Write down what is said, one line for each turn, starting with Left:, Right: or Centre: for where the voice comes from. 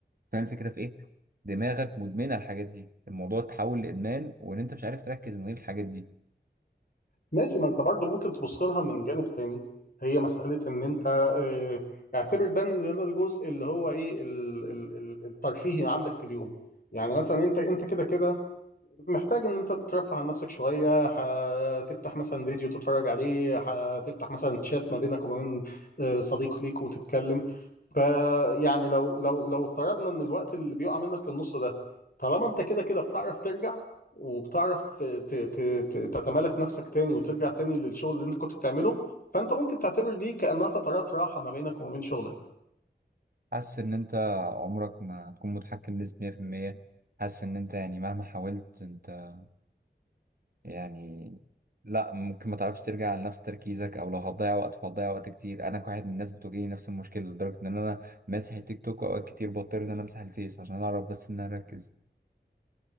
Right: فاهم الفكره في ايه؟ دماغك مدمنه الحاجات دي الموضوع اتحول لادمان وان انت مش عارف تركز من غير الحاجات دي
Left: ماشي ما انت برضو ممكن تبص لها من جانب تاني هي مساله ان انت آه، اعتبر ده إن ده الجزء اللي هو ايه ال- ال- ال- الترفيهي عندك في اليوم يعني مثلا انت انت كده كده محتاج ان انت ترفه عن نفسك شويه هتفتح مثلا فيديو تتفرج عليه هتفتح مثلا تشات ما بينك وما بين آه، صديق ليك وتتكلم فيعني لو لو لو افترضنا ان الوقت اللي بيقع منك في النص ده طالما انت كده كده بتعرف ترجع وبتعرف ت- ت- ت- تتمالك نفسك تاني وترجع تاني للشغل اللي انت كنت بتعمله فانت ممكن تعتبر دي كأنها فترات راحه ما بينك وما بين شغلك
Right: حاسس ان انت عمرك ما هتكون متحكم بنسبه 100% حاسس ان انت يعني مهما حاولت انت يعني لا ممكن ما تعرفش ترجع لنفس تركيزك او لو هتضيع وقت فهتضيع وقت كتير انا كواحد من الناس بتواجهني نفس المشكله لدرجه ان انا ماسح التيك توك اوقات كتير بضطر ان انا امسح الفيس عشان اعرف بس ان انا اركز